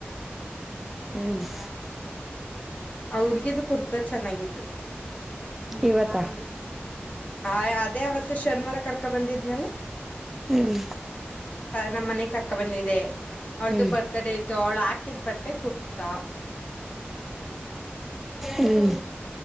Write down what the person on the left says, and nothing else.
ಆ ಹುಡ್ಗಿದು ಕುರ್ತಾ ಚೆನ್ನಾಗಿತ್ತು
ಆಯಾ ಅದೇ ಅವತ್ತು ಶನಿವಾರ ಕರ್ಕ ಬಂದಿದ್ನಲ್ಲ.
ನಮ್ ಮನೆಗ್ ಕರ್ಕ ಬಂದಿದೆ ಅವಳ್ದು
ಬರ್ತ್ಡೇ ಇತ್ತು ಅವ್ಳು ಆಕ್ ಇದ್ ಬಟ್ಟೆ ಕುರ್ತಾ.